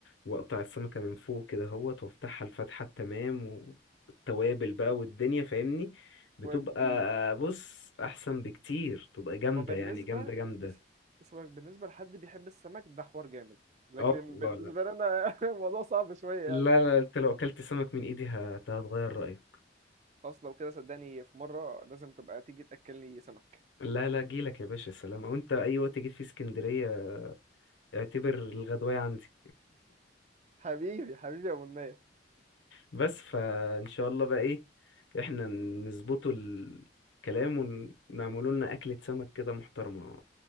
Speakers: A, on the left; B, on the right.
A: واقطع السمكه من فوق كده اهوت وافتحها الفتحه التمام والتوابل بقى والدنيا فاهمني بتبقى
B: ودي
A: بص احسن بكتير تبقى جامده
B: هو بالنسبه
A: يعني جامده جامده
B: لسه لسه بقولك، بالنسبه لحد بيحب السمك ده حوار جامد لكن
A: اه لا
B: بالنسبه
A: لا
B: لنا <laughs> الموضوع صعب شويه
A: لا
B: يعني
A: لا، انت لو اكلت سمك من ايدي هت- هتغير رايك
B: خلاص لو كده صدقني في مره لازم تبقى تيجي تاكلني سمك
A: لا لا جيلك يا باشا سلام او انت اي وقت جيت في اسكندريه اعتبر الغدوايه عندي
B: حبيبي حبيبي يا منى
A: بس فان شاء الله بقى ايه احنا نظبطوا الكلام ونعملوا لنا اكلة سمك كده محترمة